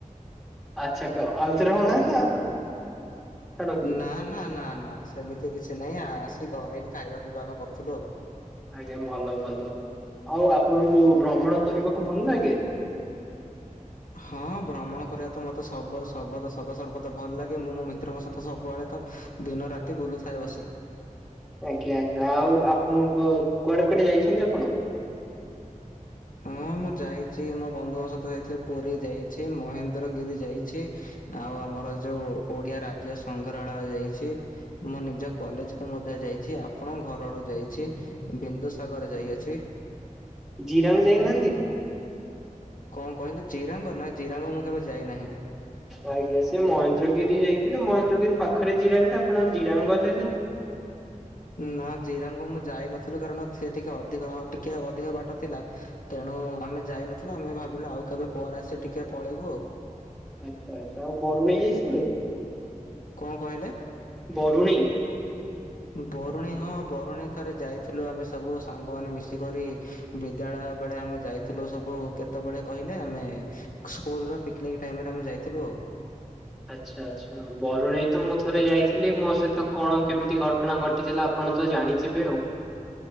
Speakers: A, in the centre; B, on the left.
A: ଆଚ୍ଛା। ଆଉଥରେ ହଣା ନା ଛାଡନ୍ତୁ
B: ନା- ନା -ନା- ନା। ସେମିତି କିଛି ନାହିଁ ଆସି ଘରେ ଏଇଠି ଖାଇବା ପିଇବା ଆମେ କରୁଥିଲୁ ଆଉ।
A: ଆଜ୍ଞା, ଭଲ -ଭଲ ଆଉ ଆପଣଙ୍କୁ ଭ୍ରମଣ କରିବାକୁ ଭଲ ଲଗେ। <inaudible>
B: ହଁ ଭ୍ରମଣ କରିବା ତ ମୋତେ ସ ସର୍ବଦା, ସଦା ସର୍ବଦା ଭଲ ଲାଗେ ମୁଁ ମୋ ମିତ୍ରଙ୍କ ସହିତ ସବୁବେଳେ ତ ଦିନ ରାତି ବୁଲୁଥାଏ ବସି।
A: ଆଜ୍ଞା, ଆଜ୍ଞା। ଆଉ ଆପଣଙ୍କ କୁଆଡେ, କୁଆଡେ ଯାଇଛନ୍ତି ଆପଣ। <inaudible>
B: ହଁ ମୁଁ ଯାଇଛି ମୋ ବନ୍ଧୁଙ୍କ ସହିତ ଯାଇଥିଲି। ପୁରୀ ଯାଇଛି, ମହେନ୍ଦ୍ରଗିରି ଯାଇଛି। ଆଉ ଆମର ଯୋଉ ଓଡିଆ ରାଜ୍ୟ ସଂଗ୍ରହାଳୟ ଯାଇଛି। ମୁଁ ନିଜ କଲେଜକୁ ମଧ୍ୟ ଯାଇଛି। ଆପଣଙ୍କ ଘରଡ଼ୁ ଯାଇଛି ବିନ୍ଦୁସାଗର ଯାଇଅଛି।
A: ଜୀ ରାଙ୍ଗ ଯାଇନାହାନ୍ତି।
B: କଣ କହିଲେ ଜିରାଙ୍ଗ ନା ଜିରାଙ୍ଗ ମୁଁ କେବେ ଯାଇନାହିଁ।
A: ଆଜ୍ଞା ସେ ମହେନ୍ଦ୍ରଗିରି ଯାଇଥିଲେ, ମହେନ୍ଦ୍ରଗିରି ପାଖରେ ଜିରାମ ଟା ଆପଣ ଜିରାମ ଗଲେନି।
B: ନା ଜିରାଙ୍ଗ ମୁଁ ଯାଇନଥିଲୁ, କାରଣ ସେ ଟିକେ ଅଧିକ ଆଉ ଟିକେ ଅଧିକ ବାଟ ଥିଲା। ତେଣୁ ଆମେ ଯାଇନଥିଲୁ। ଆମେ ଭାବିଲୁ ଆଉ କେବେ ପରେ ଆସ ଟିକେ ପଳେଇବୁ ଆଉ।
A: ଆଚ୍ଛା, ଆଚ୍ଛା। ଆଉ ବରୁ ନେଇଯାଇଥିଲ।
B: କଣ କହିଲେ?
A: ବରୁଣି।
B: ବରୁଣି ହଁ ବରୁଣି ଥରେ ଯାଇଥିଲୁ ଆମେ ସବୁ ସାଙ୍ଗମାନେ ମିଶିକରି। ବିଦ୍ୟାଳୟ ବେଳେ ଆମେ ଯାଇଥିଲୁ ସବୁ କେତେବେଳେ କହିଲେ ଆମେ। ସ୍କୁଲ ର ପିକନିକ୍ ଟାଇମରେ ଆମେ ଯାଇଥିଲୁ ଆଉ।
A: ଆଚ୍ଛା ଆଚ୍ଛା। ଆଉ ବରୁଣେଇ ତ ମୁଁ ଥରେ ଯାଇଥିଲି ମୋ ସହିତ କଣ କେମିତି ଘଟଣା ଘଟିଥିଲା ଆପଣ ତ ଜାଣିଥିବେ ଆଉ।